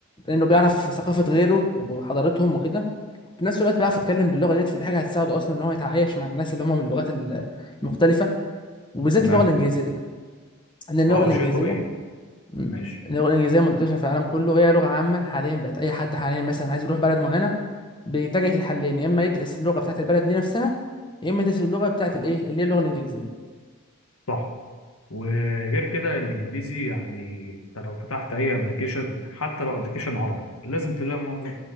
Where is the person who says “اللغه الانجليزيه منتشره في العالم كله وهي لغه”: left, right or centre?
Left